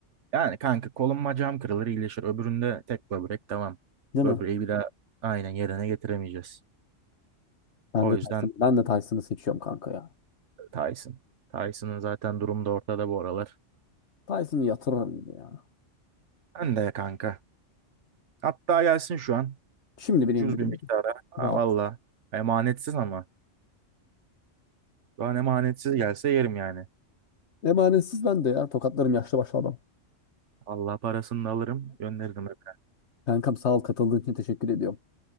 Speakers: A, on the right; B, on the left.
A: Yani kanka kolum bacağım kırılır iyileşir. Öbüründe tek böbrek tamam.
B: Değil
A: Böbreği
B: mi?
A: bir daha aynen yerine getiremeyeceğiz.
B: Ben
A: O
B: de
A: yüzden
B: Tyson, ben de Tyson'ı seçiyorum kanka ya.
A: Tyson. Tyson'ın zaten durumu da ortada bu aralar.
B: Tyson'ı yatırırım ya.
A: Ben de kanka. Hatta gelsin şu an.
B: Şimdi bile
A: Cüz
B: indiririm.
A: bir miktara. Ha
B: Rahat.
A: valla. Emanetsiz ama. Şu an emanetsiz gelse yerim yani.
B: Emanetsiz ben de ya. Tokatlarım yaşlı başlı adam.
A: Allah parasını da alırım, gönderirim evine.
B: Kankam sağ ol katıldığın için teşekkür ediyorum.